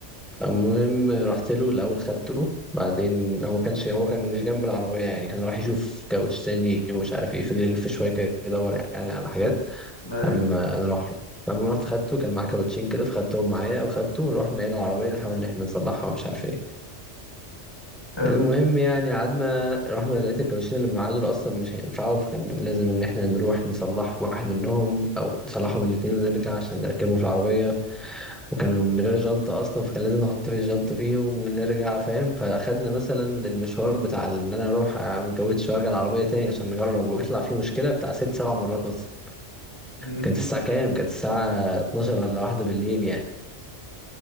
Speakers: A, in the centre; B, on the left (about 20°).
A: فالمهم رحت له الاول خدته بعدين هو كانش هو كان مش جنب العربية يعني كان راح يشوف كاوتش تاني ومش عارف ايه فضل يلف شوية كده يدور يعني على حاجات
B: ايوه
A: قبل ما انا اروح له فالمهم رحت خدته كان معاه كاوتشين كده فخدتهم معايا وخدته ورحنا الى العربية نحاول ان احنا نصلحها ومش عارف ايه
B: حلو
A: المهم يعني قعدنا رحنا لقيت الكاوتشين اللي معاه دول اصلا مش هينفعوا فكان لازم ان احنا نروح نصلح واحد منهم او نصلحهم الاتنين ونرجع عشان نركبهم في العربيه وكانوا من غير جنطه اصلا فكان لازم نحط في جنط فيهم ونرجع فاهم فاخدنا مثلا المشوار بتاع ان انا اروح اعمل كاوتش وارجع العربيه تاني عشان نجرب ويطلع فيه مشكله بتاع ست سبع مرات مثلا
B: مم.
A: كانت الساعه كام كانت الساعه 12 ولا واحدة بالليل يعني